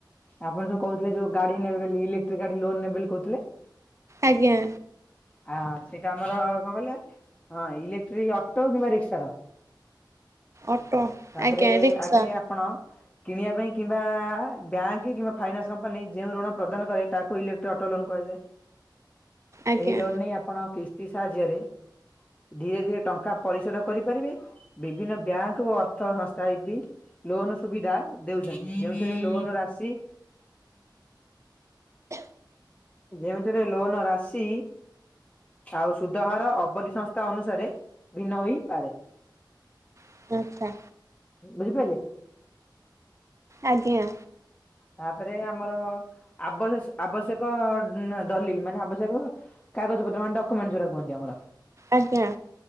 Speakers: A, on the left; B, on the right.
A: ଆପଣ ଯୋଉ କହୁଥିଲେ ଯୋଉ ଗାଡି ନେବେ ବେଲି ଇଲେକ୍ଟ୍ରିକ ଗାଡି ଲୋନ ନେବେ ବଲି କହୁଥିଲେ
B: ଆଜ୍ଞା।
A: ଆ ସେଇଟା ଆମର କଣ କହିଲ ହଁ ଇଲେକ୍ଟ୍ରିକ ଅଟୋ କିମ୍ବା ରିକ୍ସାର
B: ଅଟୋ
A: ତାପରେ
B: ଆଜ୍ଞା ରିକ୍ସା
A: ଆଗେ ଆପଣ କିଣିବା ପାଇଁ କିମ୍ବା ବ୍ୟାଙ୍କ କିମ୍ବା ଫାଇନାନ୍ସ କମ୍ପାନୀ ଯେଉ ଋଣ ପ୍ରଦାନ କରେ ତାକୁ ଇଲେକ୍ଟ୍ର ଅଟୋ <inaudible> କଲନ କୁହାଯାଏ
B: ଆଜ୍ଞା
A: ଏଇ ଲୋନ ନେଇ ଆପଣ କିସ୍ତି ସାହାଯ୍ୟରେ ଧୀରେ ଧୀରେ ଟଙ୍କା ପରିଶୋଧ କରିପାରିବେ ବିଭିନ୍ନ ବ୍ୟାଙ୍କ ଓ ଅର୍ଥ ସଂସ୍ଥା ଏ ବି ଲୋନ ସୁବିଧା ଦେଉଚନ୍ତି ଯେଉଥିରେ ଲୋନ ରାଶି ଯେଉଁଥିରେ ଲୋନ ରାଶି ଆଉ ସୁଧହାର ଅବଧି ସଂସ୍ଥା ଅନୁସାରେ ଭିନ୍ନ ହେଇପାରେ,
B: ଆଚ୍ଛା
A: ବୁଝିପାଇଲେ?
B: ଆଜ୍ଞା
A: ତାପରେ ଆମର ଆବ୍ୟ ଆବଶ୍ୟକ ଦଲିଲ ମାନେ ଆବଶ୍ୟକ କାଗଜ ପତ୍ର ମାନେ ଡକୁମେଣ୍ଟ ଯୋଉରା କୁହନ୍ତି ଆମର।
B: ଆଜ୍ଞା